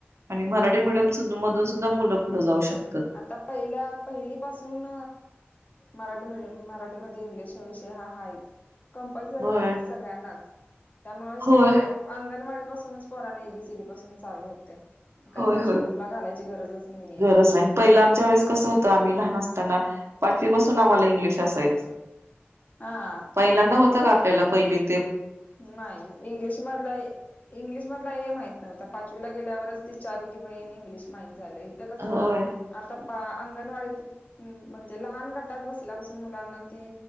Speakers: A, on the right (about 85°); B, on the left (about 35°).
A: आणि मराठी मिडियम मधून सुद्धा मुलं पुढे जाऊ शकत.
B: आता पहिल्या पहिली पाासून मराठी मिडीयम मराठीमध्ये इंग्लिश हा विषय हा आहेच. कंपल्सरी
A: होय
B: आहेच सगळ्यांनाच त्यामुळे
A: होय
B: अंगणवाडी पासूनच पोरांना एबीसीडी पासून चालू होतेय. का
A: होय
B: इंग्लिश
A: होय
B: मिडीयमला घालायची गरजच नाहीये.
A: गरज नाही पहिलं आमच्या वेळेस कसं होतं. आम्ही लहान असताना पाचवी पासून आम्हाला इंग्लिश असायचं.
B: हा
A: पहिल्यांदा होतं का आपल्याला पाहिलीत?
B: नाही. इंग्लिश मधला इंग्लिश मधला ए माहित नव्हता. पाचवीला गेल्यावरच ति चार रेघी वही आणि इंग्लिश माहित झालय. इथ कसं
A: होय
B: आता बा अंगणवाडीत म्हणजे लहान गटात बसल्यापासून मुलांना ती